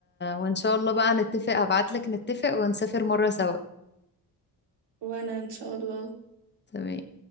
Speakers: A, on the left; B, on the right.
A: وان شاء الله بقى نتفق هبعت لك نتفق ونسافر مره سوا
B: وأنا إن شاء الله
A: تمام